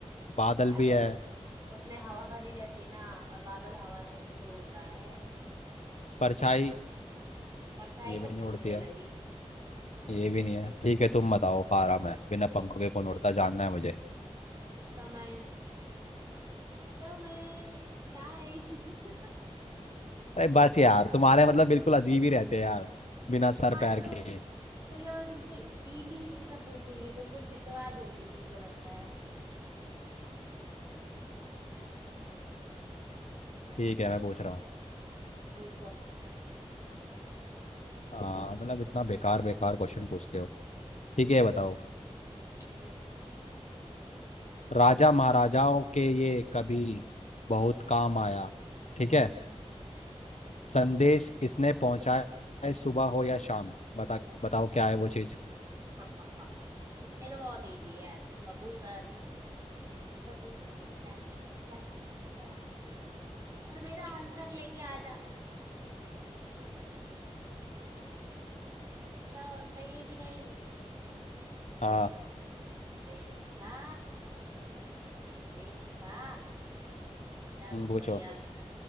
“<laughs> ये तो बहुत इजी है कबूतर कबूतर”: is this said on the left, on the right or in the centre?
Right